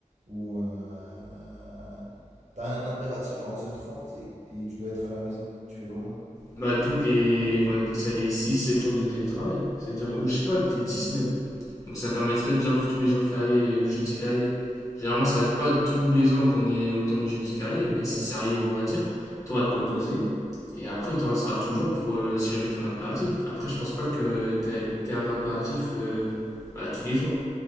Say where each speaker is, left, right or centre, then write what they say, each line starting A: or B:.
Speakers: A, on the right; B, on the left.
A: ou. Euh, t'as un impératif à 11h30 et, et tu dois être à la maison. Tu fais comment?
B: Bah d'où les qu'on appelle ça les 6 7 jours de télétravail, c'est-à-dire ou je sais pas peut-être 10 même. Donc ça permettrait déjà pour tous les jours fériés, jeudi férié. Généralement, ça arrive pas tous les ans qu'on ait autant de jeudi fériés, mais si ça arrive, on va dire, tu auras de quoi poser. Et après, il t'en restera toujours pour euh, si jamais t'as un impératif. Après, je pense pas que t'aies t'aies un impératif euh, bah, tous les jours.